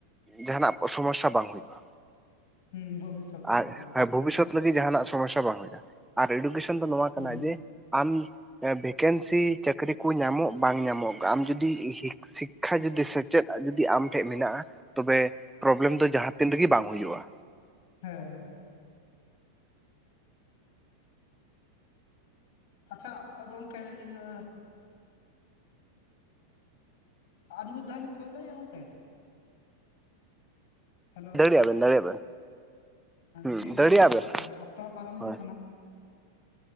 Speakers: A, in the centre; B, on the left.
A: ᱡᱟᱦᱟᱸ ᱱᱟᱜ ᱥᱚᱢᱚᱥᱥᱟ ᱵᱟᱝ ᱦᱩᱭᱩᱜᱼᱟ ᱾
B: ᱦᱩᱸ ᱵᱷᱚᱵᱤᱥᱥᱚᱛ ᱞᱟᱹᱜᱤᱫ
A: ᱟᱨ
B: ᱮᱠᱫᱚᱢ
A: ᱦᱮᱸ ᱵᱷᱚᱵᱤᱥᱚᱛ ᱞᱟᱹᱜᱤᱜ ᱡᱟᱦᱟᱱᱟᱜ ᱥᱚᱢᱚᱥᱥᱟ ᱵᱟᱝ ᱦᱩᱭᱩᱜᱼᱟ, ᱟᱨ ᱮᱰᱩᱠᱮᱥᱚᱱ ᱫᱚ ᱱᱚᱣᱟ
B: ᱦᱩᱸ
A: ᱠᱟᱱᱟ
B: ᱦᱮᱸ
A: ᱡᱮ ᱟᱢ ᱵᱷᱮᱠᱮᱱᱥᱤ ᱪᱟᱹᱠᱨᱤ ᱠᱚ ᱧᱟᱢᱚᱜ ᱵᱟᱝ ᱧᱟᱢᱚᱜ ᱟᱢ ᱡᱩᱫᱤ ᱥᱤᱠᱠᱷᱟ ᱡᱩᱫᱤ, ᱥᱮᱪᱮᱫᱽ ᱡᱩᱫᱤ ᱡᱩᱫᱤ ᱟᱢ ᱴᱷᱮᱜ ᱢᱮᱱᱟᱜᱼᱟ, ᱛᱚᱵᱮ ᱯᱨᱚᱵᱽᱞᱮᱢ ᱫᱚ ᱡᱟᱦᱟᱸ ᱛᱤᱱ ᱨᱮᱜᱮ ᱵᱟᱝ ᱦᱩᱭᱩᱜᱼᱟ᱾
B: ᱦᱮᱸᱻᱦᱮᱸᱻ᱾ ᱟᱪᱪᱷᱟ ᱜᱚᱢᱠᱮ ᱤᱭᱟᱹ ᱟᱨ ᱢᱤᱫᱽ ᱫᱷᱟᱹᱣ ᱞᱤᱧ ᱠᱚᱞᱫᱟᱲᱮᱭᱟᱜᱼᱟ ᱜᱚᱝᱠᱮ? ᱦᱮᱞᱳ
A: ᱞᱟᱹᱭ ᱫᱟᱲᱮᱭᱟᱜᱼᱟ ᱵᱮᱱ ᱫᱟᱲᱮᱜᱼᱟ ᱵᱮᱱ᱾ ᱦᱩᱸ
B: ᱴᱷᱤᱠ
A: ᱫᱟᱲᱮᱭᱟᱜ
B: ᱜᱮᱭᱟ ᱜᱚᱝᱠᱮ
A: ᱵᱮᱱ
B: ᱛᱚᱵᱮ ᱚᱠᱛᱚ ᱦᱚᱸ ᱯᱟᱨᱚᱢ ᱦᱤᱡᱩᱜ
A: ᱦᱳᱭ
B: ᱠᱟᱱᱟ᱾